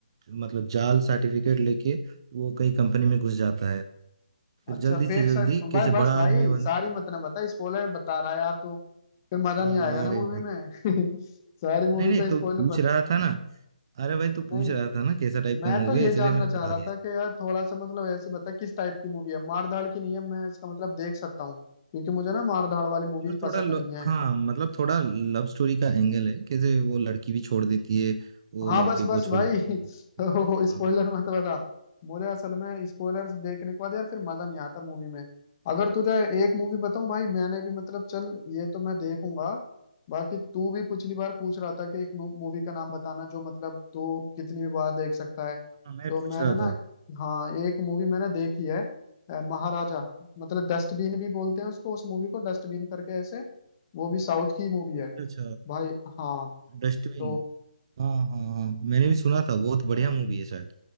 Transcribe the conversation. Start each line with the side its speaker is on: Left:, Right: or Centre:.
Right: मतलब जाल सर्टिफिकेट लेके वो कई कंपनी में घुस जाता है फिर
Left: अच्छा
Right: जल्दी
Left: फेक
Right: से जल्दी
Left: साइड
Right: कैसे
Left: भाई बस
Right: बड़ा
Left: भाई
Right: आदमी बन
Left: सारी मत ना बता स्पॉइलर बता रहा है यार तू फिर मजा
Right: अरे
Left: नहीं आएगा ना मूवी
Right: भाई
Left: में <laughs> सारी मूवी
Right: नहीं नहीं
Left: का
Right: तो
Left: स्पॉइलर
Right: पूछ
Left: बता
Right: रहा था ना अरे भाई तू पूछ
Left: नहीं
Right: रहा था ना कैसा टाइप
Left: मैं
Right: का मूवी
Left: तो
Right: है
Left: ये
Right: इसलिए
Left: जानना
Right: मैंने
Left: चाह
Right: बता
Left: रहा
Right: दिया
Left: था कि यार थोड़ा सा मतलब ऐसे बता किस टाइप की मूवी है मार धाड़ की नहीं है मैं इसका मतलब देख सकता हूँ क्योंकि मुझे ना मार धाड़ वाली मूवीज
Right: मतलब
Left: पसंद
Right: थोड़ा ल-
Left: नहीं है
Right: हाँ मतलब थोड़ा लव स्टोरी का एंगल है कैसे वो लड़की भी छोड़ देती है वो
Left: हाँ
Right: लड़के
Left: बस बस
Right: को छोड़
Left: भाई
Right: देती
Left: <laughs> ओ,
Right: है
Left: स्पॉइलर
Right: हाँ
Left: मत बता मुझे असल में स्पॉयलर्स देखने के बाद यार फिर मजा नहीं आता मूवी में अगर तुझे एक मूवी बताऊं भाई मैंने भी मतलब चल ये तो मैं देखूंगा बाकी तू भी पिछली बार पूछ रहा था कि एक मूवी का नाम बताना जो मतलब तू कितनी भी बार देख सकता है
Right: हाँ, मैं
Left: तो
Right: पूछ
Left: मैंने
Right: रहा
Left: ना
Right: था
Left: हाँ एक मूवी मैंने देखी है अ, महाराजा मतलब डस्टबिन भी बोलते हैं उसको उस मूवी को डस्टबिन करके ऐसे वो भी साउथ की मूवी है
Right: अच्छा
Left: भाई हाँ
Right: डस्टबिन
Left: तो
Right: हाँ हाँ हाँ मैंने भी सुना था बहुत बढ़िया मूवी है शायद